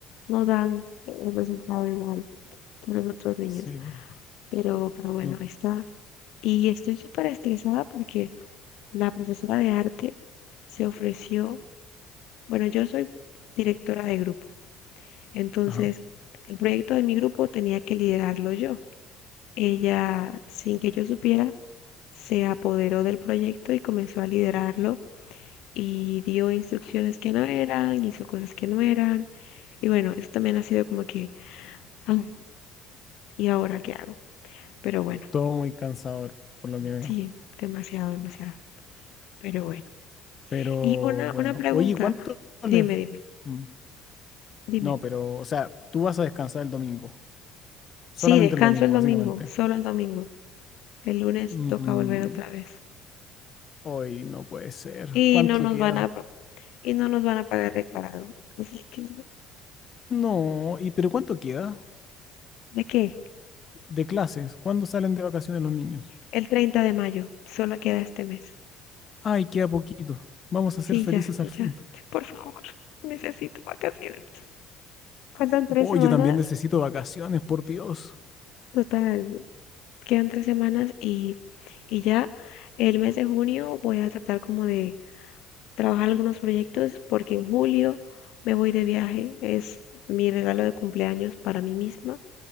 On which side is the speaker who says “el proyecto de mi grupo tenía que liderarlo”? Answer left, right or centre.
Left